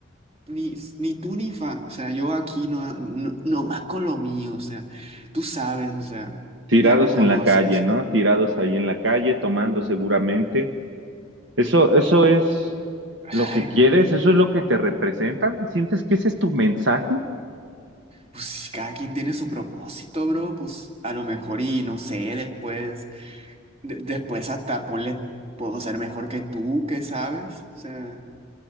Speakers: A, on the right; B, on the right.
A: ni, s- ni tú ni fa. O sea, yo aquí no, no, nomás con lo mío. O sea, tú sabes, o sea,
B: tirados
A: ya me conoces.
B: en la calle, ¿no? Tirados ahí en la calle, tomando seguramente. Eso, eso es lo
A: Ay,
B: que
A: no.
B: quieres, eso es lo que te representa. ¿Sientes que ese es tu mensaje?
A: Pues cada quien tiene su propósito, bro. Pues a lo mejor y no sé después. de- después hasta ponle, puedo ser mejor que tú, ¿qué sabes? O sea, o